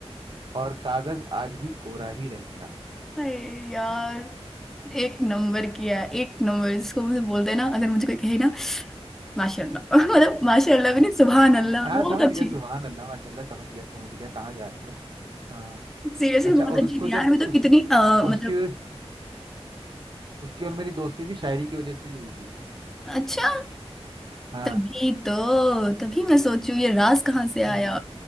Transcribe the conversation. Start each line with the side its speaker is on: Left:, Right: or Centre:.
Right: और कागज आज भी कोरा ही रह गया
Centre: हाय यार एक नंबर किया एक नंबर इसको मुझे बोलते हैं ना अगर मुझे कोई कहे ना माशाल्लाह <laughs> मतलब माशाल्लाह
Right: हाँ
Centre: भी नहीं सुभान अल्लाह
Right: हाँ
Centre: बहुत
Right: समझ
Centre: अच्छी
Right: गया सुभान अल्लाह माशाल्लाह समझ गया समझ गया कहाँ जा रहे हो हाँ
Centre: सीरियसली
Right: अच्छा
Centre: बहुत
Right: और
Centre: अच्छी
Right: उसको
Centre: थी यार
Right: जब
Centre: मतलब
Right: उस
Centre: इतनी अ,
Right: और
Centre: मतलब
Right: उसकी उसकी और मेरी दोस्ती भी शायरी की वजह से ही हुई थी
Centre: अच्छा
Right: हाँ
Centre: तभी तो तभी मैं सोचू ये राज कहाँ से आया
Right: हम्म,